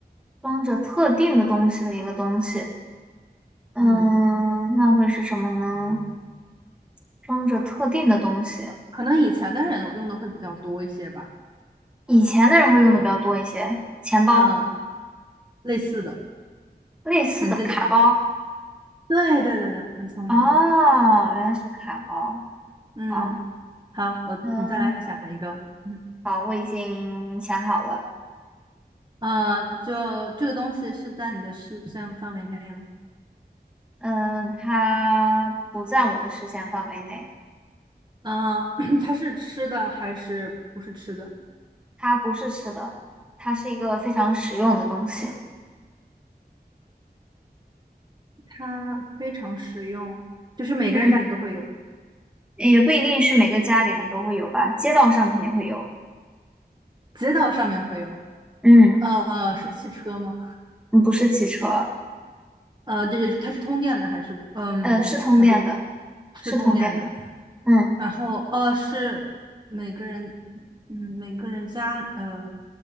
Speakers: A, in the centre; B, on the right.
A: 装着特定的东西的一个东西。嗯，
B: 嗯，
A: 那会是什么呢？装着特定的东西，
B: 可能以前的人用的会比较多一些吧。
A: 以前的人会用的比较多一些。钱包
B: 嗯，类似的，
A: 类似的卡包
B: 很接近的。对对对对，很聪明。
A: 啊，原来是卡包。
B: 嗯，
A: 好，
B: 好，我你再来想一个。
A: 嗯，
B: 嗯，
A: 好，我已经想好了。
B: 呃，就这个东西是在你的视线范围内吗？
A: 嗯，它不在我的视线范围内，
B: 嗯，<clears throat> 它是吃的还是不是吃的？
A: 它不是吃的，它是一个非常实用的东西。
B: 它非常实用，就是每个人家里都会有。
A: 嗯，也不一定是每个家里人都会有吧，街道上肯定会有。
B: 街道上面会有，
A: 嗯，
B: 呃，呃，是汽车吗？
A: 嗯不是汽车，
B: 呃，对对，对它是通电的还是嗯还是
A: 呃，是通电的，
B: 是通电的？
A: 是通电的。嗯，
B: 然后呃是每个人嗯每个人家呃